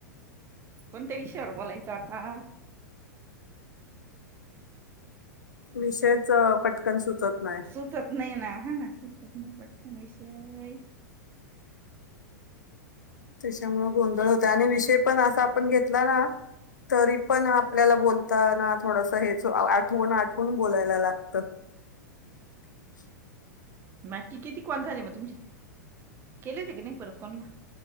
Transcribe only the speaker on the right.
कोणत्या विषयावर बोलायचं आता
सुचत नाही ना हा ना सुचत नाय पटकण विषय
नक्की किती कोण झाले मग तुमचे केले ते की नाही परत कोणाला.